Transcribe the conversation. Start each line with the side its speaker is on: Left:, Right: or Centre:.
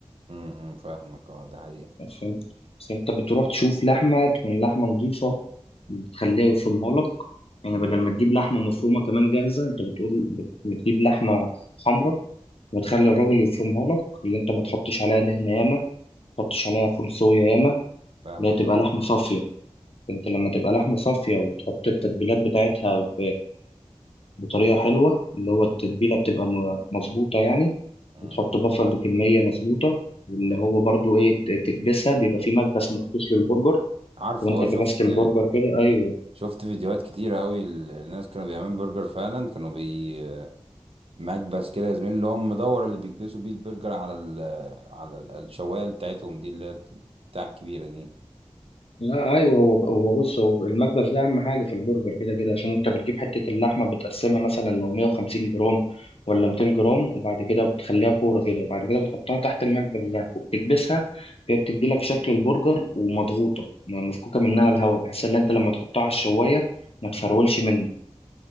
Right: امم فاهمك اه ده حقيقة
Left: فهمت بس انت بتروح تشوف لحمه تكون لحمه نظيفه وتخليها يفرمها لك يعني
Right: مم.
Left: بدل ما تجيب لحمه مفرومه كمان جاهزه انت بتقول بت- بتجيب لحمه حمراء وتخلي الراجل يفرمها لك اللي انت ما تحطش عليها دهنه ياما ما تحطش عليها فول صويا ياما
Right: فاهمك
Left: اللي هي تبقى
Right: اه
Left: لحمه صافيه انت لما تبقى لحمه صافيه وتحط التتبيلات بتاعتها بطريقة حلوة اللي هو التتبيلة بتبقى م- مظبوطة يعني
Right: مم.
Left: وتحط بصل بكمية مظبوطة واللي
Right: مم.
Left: هو برضو إيه ت- تكبسها بيبقى فيه مكبس مخصوص للبرجر
Right: عارفه
Left: وأنت
Right: اه
Left: كبست
Right: شفت
Left: البرجر كده أيوه
Right: شفت فيديوهات كتيرة قوي ال- الناس كانوا بيعملوا برجر فعلا كانوا بي مكبس كده يا زميلي اللي هو مدور اللي بيكبسوا بيه البرجر على ال على ال- الشواية اللي بتاعتهم دي اللي هي بتاع الكبيرة دي
Left: لا ايوه هو هو بص هو المكبس ده اهم حاجه في البرجر كده كده عشان انت بتجيب حته اللحمه بتقسمها مثلا لو 150 جرام ولا 200 جرام وبعد كده بتخليها كوره كده وبعد كده بتحطها تحت المكبس ده وبتكبسها هي بتدي لك شكل البرجر ومضغوطه م- مفكوكه منها الهواء بحيث ان انت لما تحطها على الشوايه ما تفرولش منك